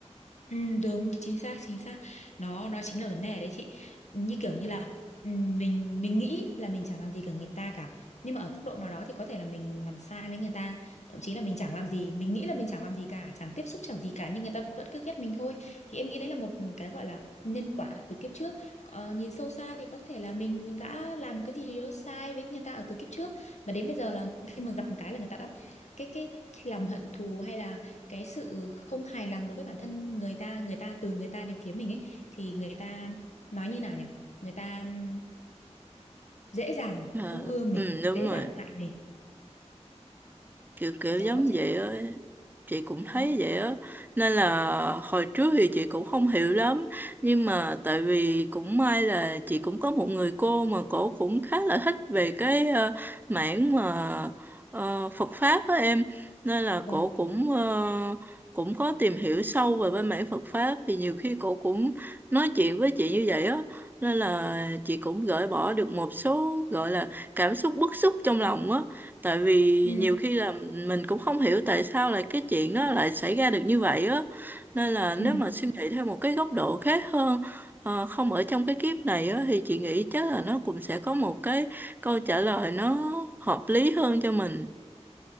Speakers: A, on the left; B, on the right.
A: Ừ, đúng chính xác chính xác nó nó chính là vấn đề đấy chị như kiểu như là ừm, mình mình nghĩ là mình chẳng làm gì cả người ta cả nhưng mà ở góc độ nào đó thì có thể là mình làm sai với người ta thậm chí là mình chẳng làm gì mình nghĩ là mình chẳng làm gì cả chẳng tiếp xúc chẳng gì cả nhưng người ta vẫn cứ ghét mình thôi thì em nghĩ đấy là một cái gọi là nhân quả từ kiếp trước ờ, nhìn sâu xa thì có thể là mình đã làm cái gì đó sai với người ta ở từ kiếp trước mà đến bây giờ là khi mà gặp một cái là người ta đã cái cái, cái lòng hận thù hay là cái sự không hài lòng đối với bản thân người ta người ta từ người ta đến phía mình ấy thì người ta nói như nào nhỉ người ta ừm, dễ dàng
B: Ờ,
A: không ưa mình
B: ừ đúng
A: dễ
B: rồi
A: dàng hại mình
B: kiểu kiểu
A: đó
B: giống
A: chính
B: vậy á chị cũng thấy
A: đó
B: vậy á nên là hồi trước thì chị cũng không hiểu lắm nhưng mà tại vì cũng may là chị cũng có một người cô mà cổ cũng khá là thích về cái ờ, mảng mà ờ, Phật pháp á em nên là
A: vâng
B: cổ cũng ờ, cũng có tìm hiểu sâu về bên mảng Phật pháp thì nhiều khi cổ cũng nói chuyện với chị như vậy á nên là chị cũng gỡ bỏ được một số gọi là cảm xúc bức xúc trong lòng á tại vì
A: ừ,
B: nhiều khi là mình cũng không hiểu tại sao lại cái chuyện đó lại xảy ra được như vậy á nên là nếu
A: ừ,
B: mà suy nghĩ theo một cái góc độ khác hơn ờ, không ở trong cái kiếp này á thì chị nghĩ chắc là nó cũng sẽ có một cái câu trả lời nó hợp lý hơn cho mình